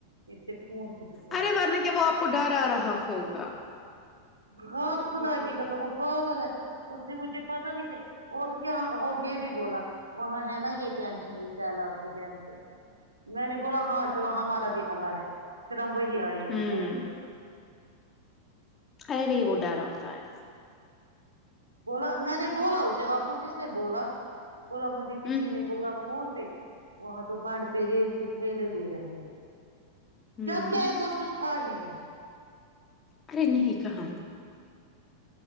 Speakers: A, on the right; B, on the left.
A: اسے خون خشک ہوگا
B: ارے ورنہ کیا وہ آپ کو ڈر آ رہا ہوگا
A: ہاں خدا کی قسم وہ پاگل ہے اس نے مجھے پتا نہیں کیا اور یہاں اور یہ بھی بولا وہاں ہے نا یہ ٹینشن یہ سیلاب ٹینشن میں نے بولا ہاں چلو ہمارا بھی حلہ ہے پھر ہم وہی آئیں
B: ہوں
A: گے کوئی بات نہیں
B: ارے وہ ڈر آتا ہے
A: بولا میں نے بولا اسے آپ کو کس نے بولا بولا مجھے کسی
B: ہ
A: نے بولا فون پہ وہاں تو بانڈ پہ ریت کے تھیلے دے رہے ہیں
B: ہ
A: جب کہ ایسا کچھ تھا ہی نہیں
B: کرے نہیں کہاں